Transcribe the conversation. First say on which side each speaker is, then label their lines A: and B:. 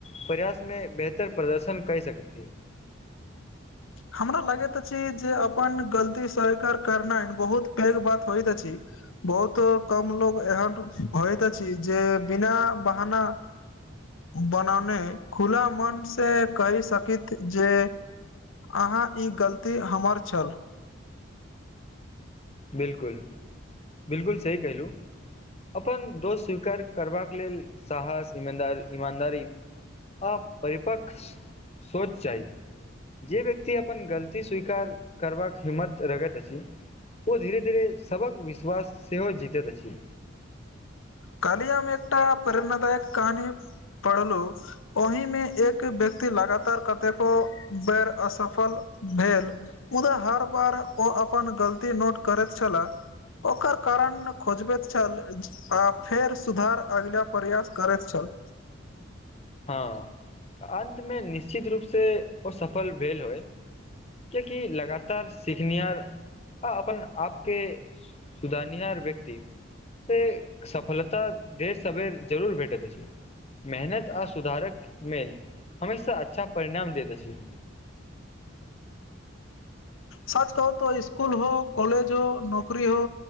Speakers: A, on the left; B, on the left.
A: प्रयासमे बेहतर प्रदर्शन करि सकैथि
B: हमरा लगैत अछि जे अपन गलती स्वीकार करनाय बहुत पैघ बात होयत अछि बहुत कम लोक एहन होयत अछि जे बिना बहाना बनाने खुला मन से कहि सकैत जे अहाँ ई गलती हमर छल
A: बिल्कुल बिल्कुल सही कहिलुँ अपन दोष स्वीकार करबाक लेल साहस ईमदार ईमानदारी। परिरिपक सोच जाइ। जे व्यक्ति अपन गलती स्वीकार करबाक हिम्मत रखैत अछि ओ धीरे धीरे सबक विश्वास सेहो जीतैत अछि
B: काली हम एकटा प्रेरणादायक कहानी पढ़लहु ओहिमे एक व्यक्ति लगातार कतेको बेर असफल भेल मुदा हर बार ओ अपन गलती नोट करैत छला ओकर कारण खोजबैत छल आ फेर सुधार अगिला प्रयास करैत छल।
A: हँ आ अन्तमे निश्चित रूप से ओ सफल भेल होय क्येकी लगातार सीखनिहार आ अपन आपके सुधारनिहार व्यक्त ती से सफलता देर सबेर जरूर भेटत अछि। मेहनत आ सुधारक मे हमेशा अच्छा परिणाम दैत अछि
B: साच कहू त स्कूल हो कॉलेज हो नौकरी हो